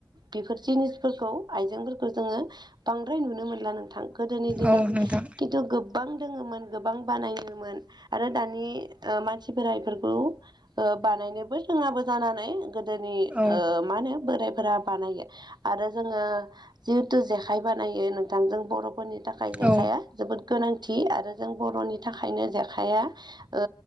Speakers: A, on the right; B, on the right.
A: बेफोर जिनिसफोरखौ आइजेंफोरखौ जोङो बांद्राय नुनो मोनला नोंथां। गोदोनि दिनाव
B: औ नोंथां
A: खिन्थु गोबां दोङोमोन गोबां बानायोमोन आरो दानि ओ मानसिफोरा इफोरखौ ओ बानायनोबो रोङाबो जानानै गोदोनि
B: औ
A: ओ मा होनो बोरायफोरा बानायो आरो जोङो जिहेथु जेखाइ बानायो नोंथां जों बर'फोरनि थाखाय जेखाइया
B: औ
A: जोबोद गोनांथि आरो जों बर'नि थाखायनो जेखाइया ओ